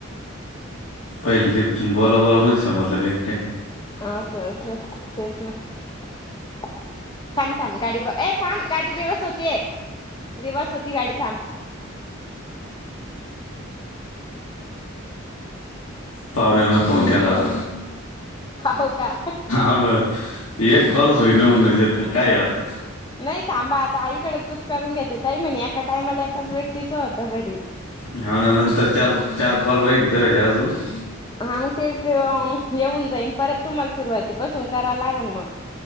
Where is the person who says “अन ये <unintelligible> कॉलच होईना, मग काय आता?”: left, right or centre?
Left